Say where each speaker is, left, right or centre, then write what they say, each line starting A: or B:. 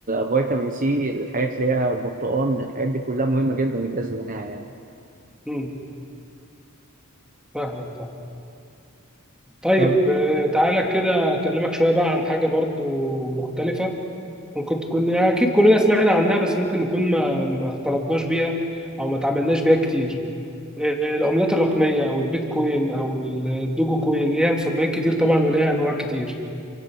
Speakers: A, on the right (about 40°); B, in the centre.
A: فيتامين سي الحاجات اللي هي برتقال الحاجات دي كلها مهمة جدا للجهاز المناعي يعني.
B: امم فاهمك صح طيب
A: طب
B: آه، تعالى كده اكلمك شويه بقى عن حاجه برضو مختلفه ممكن تكون يعني اكيد كلنا سمعنا عنها بس ممكن نكون ما ما اختلطناش بيها او ما تعاملناش بيها كتير آه، العملات الرقميه او البيتكوين او الدوجو كوين ليها مسميات كتير طبعا وليها انواع كتير